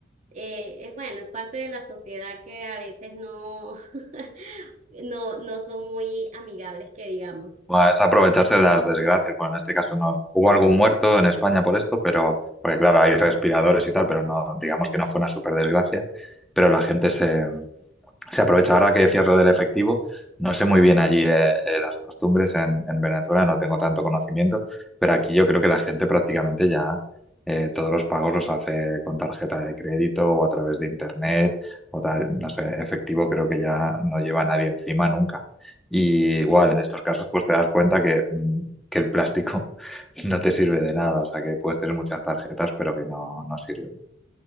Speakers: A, on the right; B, in the centre.
A: eh, es bueno, es parte de la sociedad que a veces no, <laughs> no, no son muy amigables, que digamos.
B: Bueno, es aprovecharse de las desgracias. Bueno, en este caso no hubo algún muerto en España por esto, pero porque claro, hay respiradores y tal, pero no, digamos que no fue una super desgracia. Pero la gente se, Se aprovecha ahora que decías lo del efectivo. No sé muy bien allí eh, eh, las costumbres en, en Venezuela, no tengo tanto conocimiento, pero aquí yo creo que la gente prácticamente ya eh, todos los pagos los hace con tarjeta de crédito o a través de internet o tal. No sé, efectivo creo que ya no lleva nadie encima nunca. Y igual
A: Sí.
B: en estos casos pues te das cuenta que, mm, que el plástico <laughs> no te sirve de nada, o sea que puedes tener muchas tarjetas pero que no, no sirven.